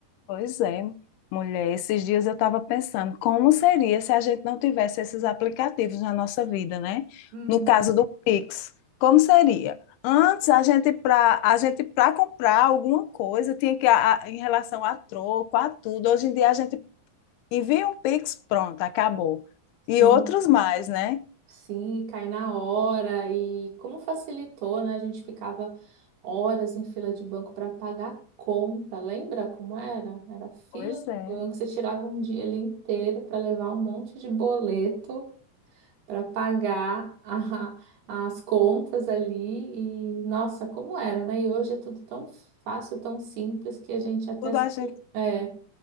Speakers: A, on the left; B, on the right.
A: pois é, mulher. Esses dias eu estava pensando como seria se a gente não tivesse esses aplicativos na nossa vida, né?
B: Uhum.
A: No caso do Pix, como seria? Antes a gente para a gente para comprar alguma coisa tinha que a- a- em relação a troco, a tudo. Hoje em dia a gente envia um Pix, pronto, acabou. E
B: Sim.
A: outros mais, né?
B: Sim, e cai na hora e como facilitou, né? A gente ficava horas em fila de banco para pagar conta. Lembra como era? Era fila
A: Pois
B: do
A: é.
B: banco, você tirava um dia ali inteiro para levar um monte de boleto para pagar <laughs> a- as contas ali e nossa, como era, né? E hoje é tudo tão fácil, tão simples que a gente até
A: Tudo
B: se...
A: a gente
B: É,